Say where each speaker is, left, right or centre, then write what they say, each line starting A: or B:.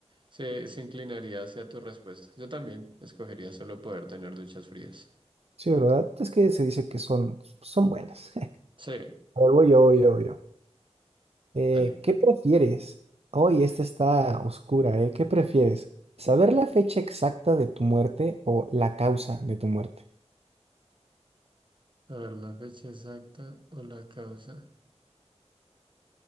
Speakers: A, on the right (about 45°); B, on the right (about 60°).
A: se, se inclinaría hacia tu respuesta. Yo también escogería solo poder tener duchas frías.
B: Sí, ¿verdad? Es que se dice que son, son buenas. <laughs>
A: Sí,
B: A ver, voy yo, voy yo, voy yo. Eh,
A: dale.
B: ¿qué prefieres? Hoy esta está oscura, ¿eh? ¿Qué prefieres? ¿Saber la fecha exacta de tu muerte o la causa de tu muerte?
A: A ver, la fecha exacta o la causa.